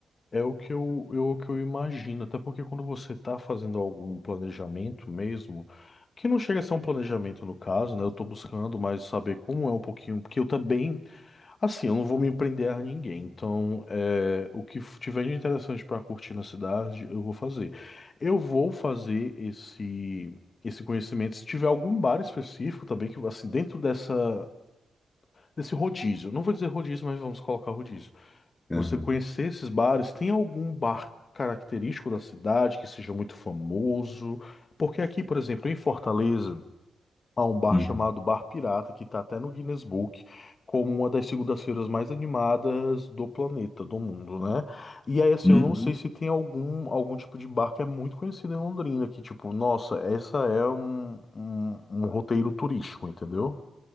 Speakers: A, on the left; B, on the left.
A: É o que eu, eu, o que eu imagino, até porque quando você está fazendo algum planejamento mesmo, que não chega a ser um planejamento no caso, né? Eu estou buscando mais saber como é um pouquinho, porque eu também Assim, eu não vou me prender a ninguém, então é, o que f- tiver de interessante para curtir na cidade, eu vou fazer. Eu vou fazer esse esse conhecimento se tiver algum bar específico também que assim dentro dessa desse rodízio. Não vou dizer rodízio, mas vamos colocar rodízio.
B: Aham.
A: Você conhecer esses bares, tem algum bar característico da cidade que seja muito famoso? Porque aqui, por exemplo, em Fortaleza a um bar
B: Uhum.
A: chamado Bar Pirata, que está até no Guinness Book, como uma das segundas-feiras mais animadas do planeta, do mundo, né? E aí, assim,
B: Uhum.
A: eu não sei se tem algum, algum tipo de bar que é muito conhecido em Londrina, que tipo, nossa, essa é um, um, um roteiro turístico, entendeu?